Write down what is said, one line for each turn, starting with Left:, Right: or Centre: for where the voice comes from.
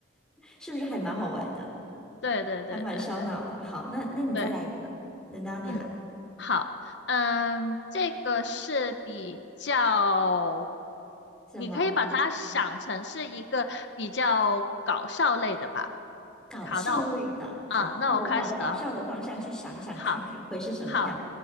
Centre: 是不是还蛮好玩的？
Left: <laughs> 对对对对对
Centre: 还蛮烧脑的。好，那那你再来一个，
Left: 对。
Centre: 轮到你了。
Left: 嗯，好，嗯，这个是比较，
Centre: 什么
Left: 你可以把它想成是一个比较搞笑类的吧。
Centre: 搞笑类的？
Left: 好，那我
Centre: 好，
Left: 啊，那我开始了。
Centre: 那我往搞笑的方向去想一想，
Left: 嗯，好，
Centre: 看看会是什么样。
Left: 好，